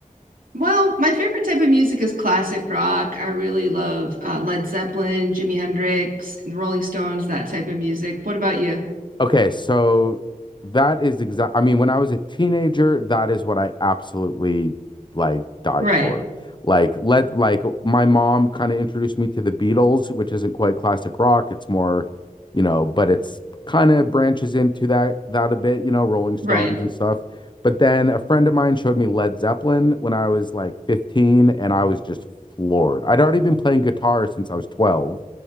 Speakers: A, on the right; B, on the left.
A: Well, my favorite type of music is classic rock. I really love uh, Led Zeppelin, Jimi Hendrix, and the Rolling Stones, that type of music. What about you?
B: Okay, so that is exact. I mean, when I was a teenager, that is what I absolutely like died
A: Right,
B: for. Like, let like my mom kind of introduced me to the Beatles, which isn't quite classic rock. It's more, you know, but it's kind of branches into that that a bit, you know, Rolling Stones
A: right.
B: and stuff. But then a friend of mine showed me Led Zeppelin when I was like 15, and I was just floored. I'd already been playing guitar since I was 12